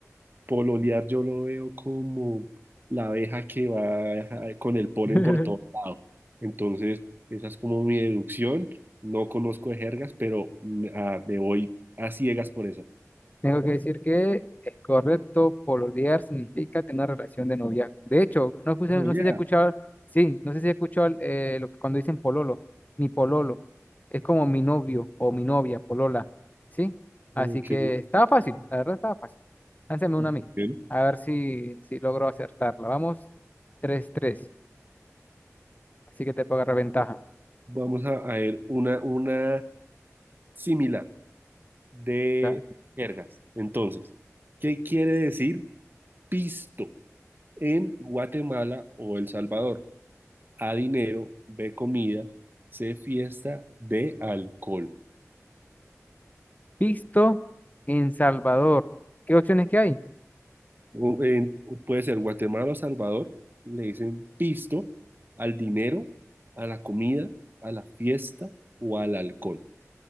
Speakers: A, on the right; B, on the left.
A: Pololear yo lo veo como la abeja que va eh, con el polen
B: <laughs>
A: por todo lado. Entonces, esa es como mi deducción. No conozco de jergas, pero me, ah, me voy a ciegas por esa.
B: Tengo que decir que es correcto, pololear significa tener una relación de noviazgo. De hecho, no, escuché-
A: Ah,
B: no
A: ya.
B: sé si he escuchado, sí, no sé si he escuchado eh, lo que cuando dicen pololo, mi pololo, es como mi novio o mi novia, polola, ¿sí? Así
A: Ok,
B: que estaba fácil, la verdad estaba fácil. Lánzame una
A: ok.
B: a mí, a ver si, si logro acertarla. Vamos, tres tres, así que te puedo agarrar ventaja.
A: Vamos a, a ver una, una similar de
B: ¿ya?
A: jergas. Entonces, ¿qué quiere decir pisto en Guatemala o El Salvador? A dinero, B comida, C fiesta, D alcohol.
B: Visto en Salvador, ¿qué opciones que hay?
A: U- en- puede ser Guatemala o Salvador, le dicen pisto al dinero, a la comida, a la fiesta o al alcohol.